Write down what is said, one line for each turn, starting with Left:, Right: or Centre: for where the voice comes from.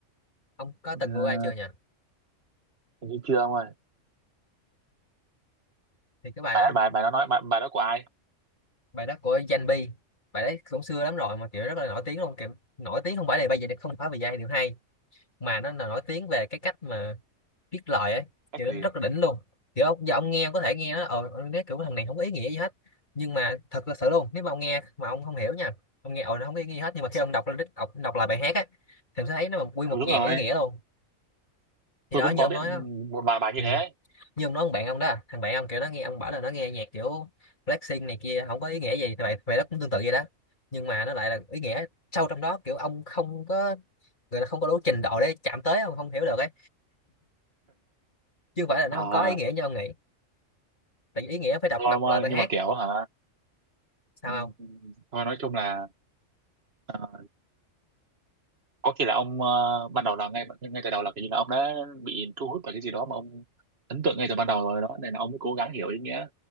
Left: ông có
Right: ờ,
Left: từng nghe ai chưa nhỉ
Right: hình như chưa ông ơi
Left: thì cái bài
Right: bài
Left: đó
Right: bài bài đó nói bài, bài đó của ai
Left: bài đó của Danh Bi bài đấy cũng xưa lắm rồi mà kiểu rất là nổi tiếng luôn kiểu nổi tiếng không phải là bây giờ không phải vì giai điệu hay mà nó là nổi tiếng về cái cách mà viết lời ấy
Right: cách
Left: kiểu
Right: gì
Left: nó rất là đỉnh luôn kiểu ông, giờ ông nghe ông có thể nghe nó ờ ông nói kiểu thằng này không có ý nghĩa gì hết nhưng mà thật là sự luôn nếu mà ông nghe mà ông không hiểu nha ông nghe ồ nó không có ý nghĩa gì hết nhưng mà khi ông đọc lên đọc, đọc lại bài hát á thì ông sẽ thấy nó quy
Right: ừ,
Left: một
Right: đúng rồi
Left: dàn ý nghĩa luôn thì
Right: tôi
Left: đó
Right: cũng
Left: như
Right: có
Left: ông
Right: biết
Left: nói đó
Right: một vài bài như
Left: ừ.
Right: thế ấy.
Left: như ông nói ông bạn ông đó thằng bạn ông kiểu nó nghe ông bảo là nó nghe nhạc kiểu Blackpink này kia không có ý nghĩa gì thì vậy vậy đó cũng tương tự vậy đó nhưng mà nó lại là ý nghĩa sâu trong đó kiểu ông không có người ta không có đủ trình độ để chạm tới ông không hiểu được ấy chứ không phải là nó
Right: à
Left: không có ý nghĩa như ông nghĩ tại vì ý nghĩa phải đọc
Right: thôi
Left: đọc
Right: ông ơi
Left: lại bài
Right: nhưng
Left: hát
Right: mà kiểu
Left: ông,
Right: hả
Left: sao
Right: ừ,
Left: không
Right: thôi nói chung là ờ, có khi là ông ờ, ban đầu là ngay ngay từ đầu là kiểu như là ông đã bị thu hút bởi cái gì đó mà ông ấn tượng ngay từ ban đầu rồi đó nên là ông mới cố gắng hiểu ý nghĩa